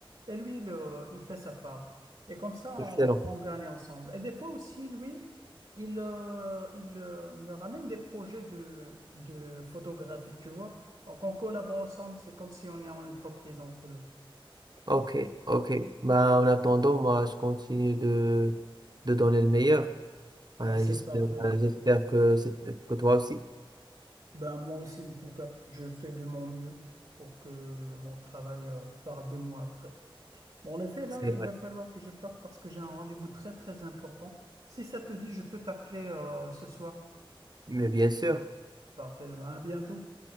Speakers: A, on the right; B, on the right.
A: et lui, le- il fait sa part. Et comme ça,
B: Excellent.
A: on on gagne ensemble. Et des fois aussi, lui, il, euh, il euh, me ramène des projets de, de photographie, tu vois. Donc, on collabore ensemble, c'est comme si on est en entreprise entre deux.
B: Ok, ok. Bah, en attendant, moi, je continue de, de donner le meilleur. Ouais,
A: Bah, c'est
B: j'espère,
A: parfait.
B: j'espère que, c'est- que toi aussi.
A: Ben, moi aussi, en tout cas, je fais de mon mieux pour que mon travail euh, parle de moi après. Bon, en effet, là,
B: C'est
A: il
B: vrai.
A: va falloir que je parte parce que j'ai un rendez-vous très, très important. Si ça te dit, je peux t'appeler euh, ce soir.
B: Mais bien sûr.
A: Parfait, Ben, à bientôt.